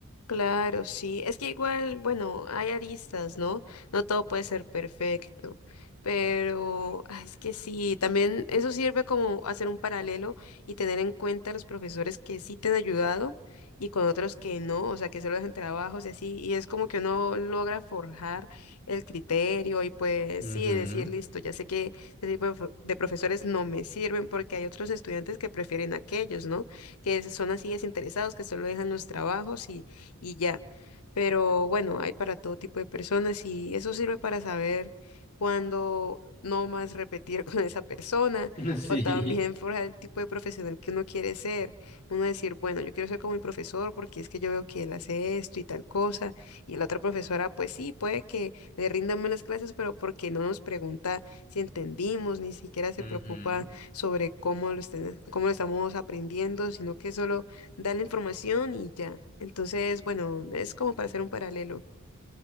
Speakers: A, on the left; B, on the left.
A: Claro, sí. Es que igual, bueno, hay aristas, ¿no? No todo puede ser perfecto, pero ah, es que sí, también eso sirve como hacer un paralelo y tener en cuenta los profesores que sí te han ayudado y con otros que no, o sea, que solo dejan trabajos y así, y es como que uno logra forjar el criterio y pues
B: Ujú.
A: sí, decir, listo, ya sé que este tipo de, pro- de profesores no me sirven porque hay otros estudiantes que prefieren aquellos, ¿no? Que son así desinteresados, que solo dejan los trabajos y y ya. Pero bueno, hay para todo tipo de personas y eso sirve para saber cuándo no más repetir <laughs> con esa persona
B: <laughs> Sí.
A: o también forjar el tipo de profesional que uno quiere ser. Uno decir, bueno, yo quiero ser como mi profesor porque es que yo veo que él hace esto y tal cosa y la otra profesora, pues sí, puede que le rindan mal las clases, pero porque no nos pregunta si entendimos, ni siquiera se
B: Ujú.
A: preocupa sobre cómo lo estén- cómo lo estamos aprendiendo, sino que solo da la información y ya. Entonces, bueno, es como para hacer un paralelo.